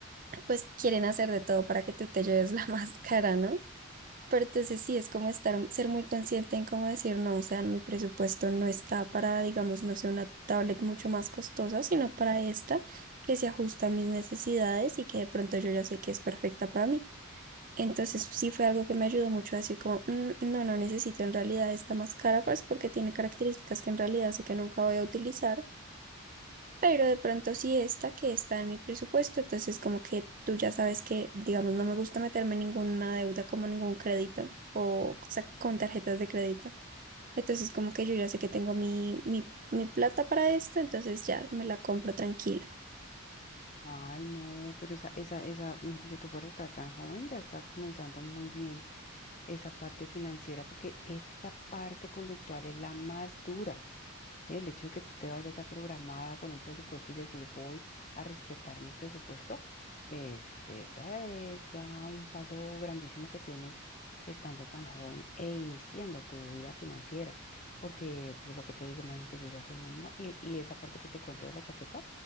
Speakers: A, on the right (about 40°); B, on the left (about 35°).
A: pues quieren hacer de todo para que tú te lleves la <laughs> máscara, ¿no? Pero entonces sí, es como estar, ser muy consciente en cómo decir, no, o sea, mi presupuesto no está para, digamos, no sé, una tablet mucho más costosa, sino para esta que se ajusta a mis necesidades y que de pronto yo ya sé que es perfecta para mí. Entonces sí fue algo que me ayudó mucho a decir como, "Mm, no, no necesito en realidad esta más cara, pues porque tiene características que en realidad sé que nunca voy a utilizar pero de pronto sí esta que está en mi presupuesto, entonces como que tú ya sabes que, digamos, no me gusta meterme en ninguna deuda como ningún crédito o, sa- con tarjetas de crédito. Entonces como que yo ya sé que tengo mi, mi, mi plata para esto, entonces ya me la compro tranquila.
B: Ay, no, pero esa, esa, esa, mejor dicho, tú por estar tan joven, ya estás comenzando muy bien esa parte financiera, porque esta parte conductual es la más dura. ¿sí? El hecho de que tú te vayas ya programada con un presupuesto y decir voy a respetar mi presupuesto, es, esa es ya un paso grandísimo que tienes estando tan joven e iniciando tu vida financiera. Porque pues, lo que te digo, imagínate, yo ya soy mamá y, y esa parte que te cuento de la chaqueta